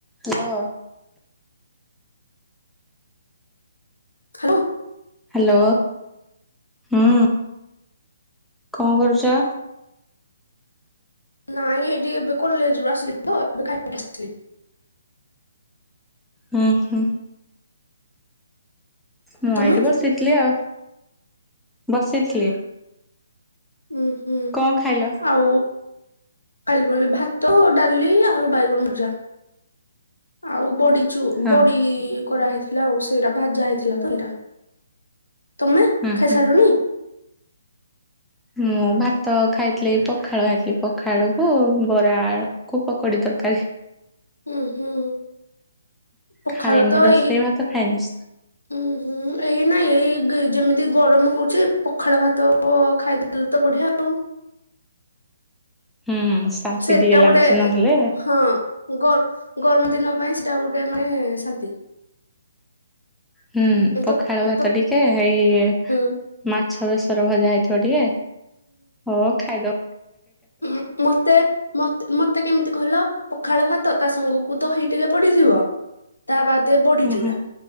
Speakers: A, in the centre; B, on the left (about 80°).
A: Hello.
B: Hello.
A: Hello ହୁଁ କଣ କରୁଚ?
B: ନାଇଁ ଏଠି ଏବେ କଲେଜରୁ ଆସିଲତ ଏବେ ଖା ବସିଥିଲି।
A: ହୁଁ ହୁଁ। ମୁଁ
B: ତମେ
A: ଏଇଠି ବସିଥିଲି ଆଉ ବସିଥିଲି।
B: ଉଁ ହୁଁ
A: କଣ ଖାଇଲ?
B: ଆଉ ଖାଲି ବଲେ ଭାତ ଡାଲି ଆଳୁ ବାଇଗଣ ଭୁଜା ଆଉ ବଡ଼ି ଛୁ
A: ହଁ
B: ବଡ଼ି କରା ହେଇଥିଲା ଆଉ ସେଇଟା ଭାଜା ହେଇଥିଲାତ ଏଇଟା। ତମେ
A: ହୁଁ
B: ଖାଇ
A: ହୁଁ।
B: ସାରିଲନି?
A: ମୁଭାତ ଖାଇଥିଲି ପଖାଳ ଖାଇଥିଲି ପଖାଳକୁ ବରା କୁ ପକୋଡ଼ି ତରକାରୀ।
B: ହୁଁ ହୁଁ ପଖାଳ
A: ଖାଇନି
B: ତ
A: ରୋଷେଇ
B: ଏଇ
A: ଭାତ ଖାଇନି।
B: ହୁଁ ହୁଁ ଏଇ ନାଇଁ ଏଇ ଯେମିତି ଗରମ ହଉଛି ପଖାଳ ଭାତ ଖାଇଦେଲେତ ବଢ଼ିଆ ଆଉ।
A: ହୁଁ। ଶାନ୍ତି
B: ସେଟା
A: ଟିକେ ଲାଗୁଛି
B: ଗୋଟେ
A: ନହେଲେ
B: ହଁ। ଗ ଗରମ ଦିନ ପାଇଁ ସେଟା ଗୋଟେ ମାନେ ଶାନ୍ତି।
A: ହୁଁ ପଖାଳ
B: ତ
A: ଭାତ
B: ତ
A: ଟିକେ ଏଇ
B: ହୁଁ
A: ମାଛ ବେଶର ଭଜା ହେଇଥିବ ଟିକେ ହ ଖାଇଦ
B: ଉ ମତେ ମତେ ମତେ କେମିତି କହିଲ ପଖାଳ ଭାତ ତାସାଙ୍ଗକୁ ଦହି ଟିକେ ପଡ଼ି ଥିବ ତା ବାଦେ ବଡ଼ି
A: ହଁ
B: ଚୁରା